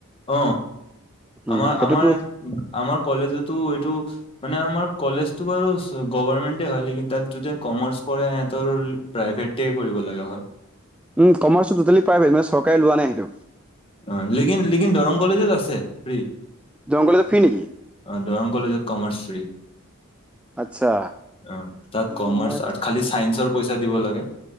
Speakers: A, on the left; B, in the centre.
A: অ
B: উম,
A: আমাৰ-আমাৰ-আমাৰ
B: সেইটোতো
A: কলেজতো এইটো মানে আমাৰ কলেজটো বাৰু গভৰ্মেন্টেই হয় লেকিন তাত যদি কমাৰ্চ পঢ়ে সিহঁতৰ প্ৰাইভেটেই কৰিব লাগে হয়।
B: উম কমাৰ্চটো টোটেল প্ৰাইভেট মান চৰকাৰে লোৱা নাই সেইটো।
A: অ লেকিন লেকিন দৰং কলেজত আছে ফ্ৰী।
B: দৰং কলেজত ফ্ৰি নেকি?
A: অ দৰং কলেজত কমাৰ্চ ফ্ৰী।
B: আচ্ছা
A: অ তাত
B: তেনেহ'লে
A: কমাৰ্চ
B: মই
A: আৰ্টচ খালি চাইন্সৰ পইচা দিব লাগে।